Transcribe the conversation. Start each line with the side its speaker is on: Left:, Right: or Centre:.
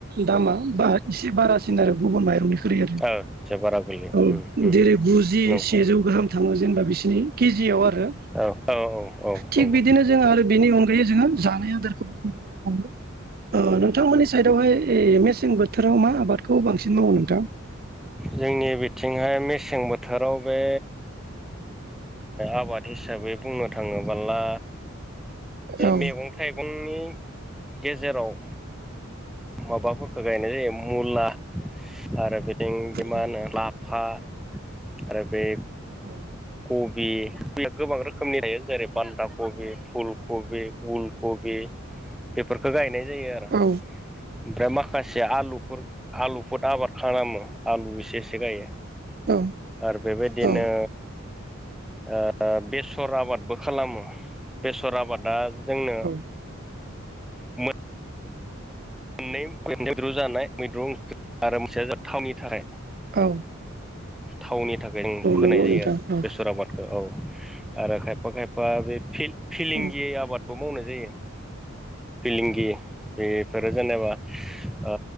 Right: दामा ब एसे बारासिन आरो गुबुन माइरंनिफ्राय। आरो
Centre: एसे बारा गोलैयो
Right: औ
Centre: उम उम
Right: जेरै गुजि
Centre: नंगौ
Right: सेजौ गाहाम थाङो जेनेबा बिसनि केजियाव आरो
Centre: औ औ औ औ
Right: थिख
Centre: नंगौ
Right: बिदिनो जों आरो बिनि अनगायै जोङो जानाय आदारखौबो जों गोबां मावो नोंथांमोननि
Centre: उम
Right: साइदआवहाय ए मेसें बोथोराव मा आबादखौ बांसिन मावो नोंथां।
Centre: जोंनि बिथिंहाय मेसें बोथोराव बे आबाद हिसाबै बुंनो थाङोबोला
Right: औ
Centre: मैगं थाइगंनि गेजेराव। माबाफोरखौ गायनाय जायो मुला आरो बिदिं बे मा
Right: औ
Centre: होनो लाफा आरो बे
Right: औ।
Centre: कबि कबिया गोबां रोखोमनि लायो जेरै बान्दा कबि फुल कबि उलकबि। बेफोरखौ गायनाय जायो आरो
Right: औ
Centre: ओमफ्राय माखासे आलुफोर। आलुफोर आबाद खालामो आलु एसे एसे गायो।
Right: औ
Centre: आरो बेबायदिनो
Right: औ
Centre: ओ बेसर आबादबो खालामो बेसर आबादा जोंनो
Right: औ
Centre: मोन मोननै मैद्रु जानाय मैद्रु ओंख्रि आरो मोनसेया थावनि थाखाय।
Right: औ।
Centre: थावनि थाखाय जों फोनाय
Right: नंगौ
Centre: जायो
Right: नोंथां
Centre: आरो
Right: औ
Centre: बेसर आबाद। औ आरो खायफा खायफा बे फिलिंगियै
Right: औ
Centre: आबाद बो मावनाय जायो फिलिंगि बेफोरो जेनेबा ओ